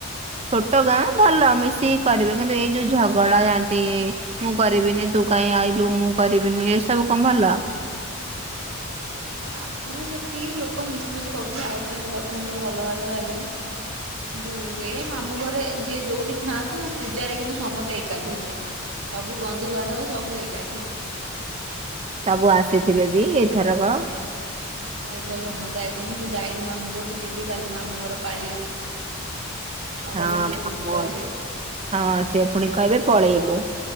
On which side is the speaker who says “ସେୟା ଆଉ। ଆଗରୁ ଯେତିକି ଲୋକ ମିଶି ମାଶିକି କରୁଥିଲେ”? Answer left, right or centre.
Right